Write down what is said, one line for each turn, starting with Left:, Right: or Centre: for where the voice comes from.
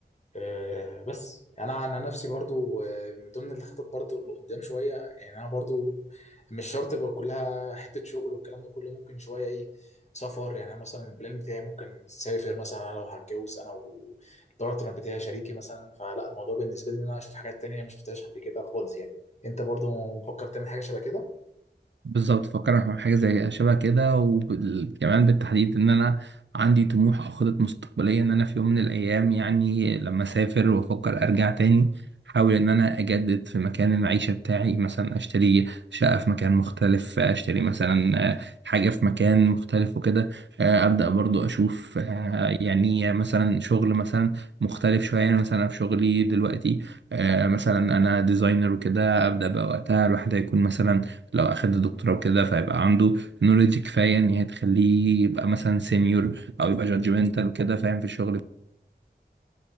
Left: آه، بس انا عن نفسي برضو آه، من ضمن الخطط برضو اللي قدام شويه يعني انا برضو مش شرط يبقى كلها حته شغل والكلام ده كله ممكن شويه ايه سفر يعني أنا مثلا البلان بتاعي ممكن سافر مثلا انا لو هتجوز انا والبارتنر بتاعي شريكي مثلا فلا الموضوع بالنسبه لي ان انا اشوف حاجات تانية ما شفتهاش قبل كده خالص يعني انت برضو مفكر تعمل حاجه شبه كده
Right: بالظبط فكرنا في حاجة زي شبه كده وكمان بالتحديد إن أنا عندي طموح أو خطط مستقبلية إن أنا في يوم من الأيام يعني لما أسافر وأفكر أرجع تاني أحاول إن أنا أجدد في مكان المعيشة بتاعي مثلا أشتري شقة في مكان مختلف أشتري مثلا آه، حاجة في مكان مختلف وكده آه، أبدأ برضو أشوف آه، يعني مثلا شغل مثلا مختلف شوية يعني مثلا أنا في شغلي دلوقتي آه، مثلا أنا ديزاينر وكده أبدأ بقى وقتها الواحد هيكون مثلا لو أخد دكتوراه وكده فهيبقى عنده نوليدج كفاية إن هي تخليه يبقى مثلا سينيور أو يبقى جادجمنتال وكده فاهم في الشغل